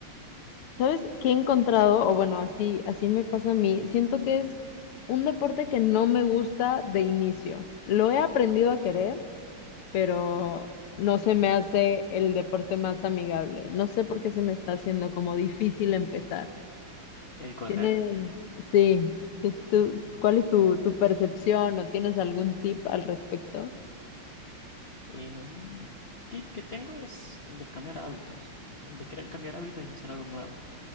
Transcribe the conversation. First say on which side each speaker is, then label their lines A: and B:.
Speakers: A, on the left; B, on the left.
A: ¿Sabes qué he encontrado? O bueno, así, así me pasa a mí. Siento que es un deporte que no me gusta de inicio. Lo he aprendido a querer, pero no se me hace el deporte más amigable. No sé por qué se me está haciendo como difícil empezar.
B: ¿El correr?
A: Tienes, sí, tú, tú-
B: Mm.
A: ¿cuál es tu, tu percepción o tienes algún tip al respecto?
B: eh, un tip que tengo es el de cambiar hábitos, el de querer cambiar hábitos y hacer algo nuevo.